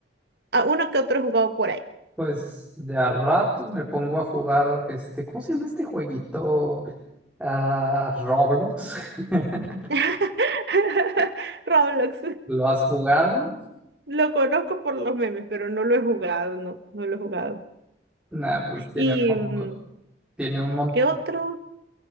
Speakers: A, on the right; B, in the centre.
A: a uno que otro he jugado por ahí.
B: Pues de a ratos me pongo a jugar este, ¿cómo se llama este jueguito? Ah, Roblox. <laughs>
A: <laughs> Roblox.
B: ¿Lo has jugado?
A: Lo conozco por los memes, pero no lo he jugado, no, no lo he jugado.
B: Nah, pues tiene
A: ¿Y
B: un montón,
A: mm,
B: tiene un montón.
A: qué otro?